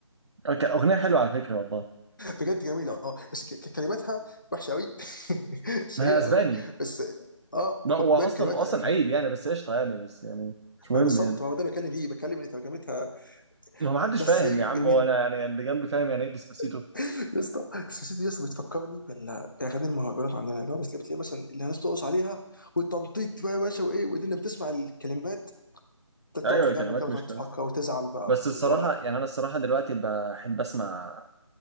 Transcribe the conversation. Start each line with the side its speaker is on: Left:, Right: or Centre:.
Right: كان اغنية حلوة على فكرة والله
Left: بجد جميلة اه بس ك- ك- كلماتها وحشة قوي <laughs> سيئة
Right: ما هي اسباني
Left: قوي بس اه
Right: ما هو اصلا
Left: بجد كلماتها
Right: اصلا عيب يعني بس قشطة يعني بس يعني مش مهم
Left: ما انا صبت
Right: يعني
Left: ما هو ده اللي بتكلم فيه بتكلم ان ترجمتها
Right: هو ما حدش
Left: بس
Right: فاهم
Left: هي
Right: يا عم
Left: جميلة
Right: هو انا يعني اللي جنبي فاهم يعني ايه ديسباسيتو
Left: <laughs> يا اسطى ديسباسيتو يا اسطى بتفكرني بال- باغاني المهرجانات عندنا اللي هو بس بتلاقي مثلا اللي الناس بترقص عليها والتنطيط بقى يا باشا وايه ودي اللي بتسمع الكلمات تقعد
Right: ايوه
Left: في جنبك
Right: كلمات
Left: كده وتقعد
Right: مش كويسة
Left: تفكر وتزعل بقى
Right: بس الصراحة
Left: اللي هو
Right: يعني انا الصراحة دلوقتي بحب اسمع